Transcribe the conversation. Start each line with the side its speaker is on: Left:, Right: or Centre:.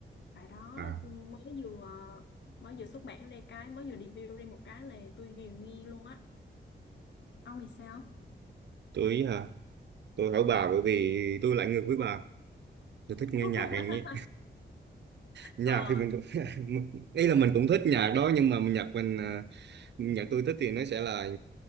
Left: Bài đó
Right: À,
Left: mới vừa mới vừa xuất bản ra cái, mới vừa debut ra một cái là tôi ghiền nghe luôn á. Ông thì sao?
Right: tôi ý hả? Tôi hỏi
Left: Ừ.
Right: bà bởi vì tôi lại ngược với bà. Tôi thích
Left: <laughs>
Right: nghe nhạc này nhé nhạc
Left: Ờ.
Right: thì mình cũng <laughs> ý là mình cũng thích nhạc đó nhưng mà nhạc mình à, nhạc tôi thích thì nó sẽ là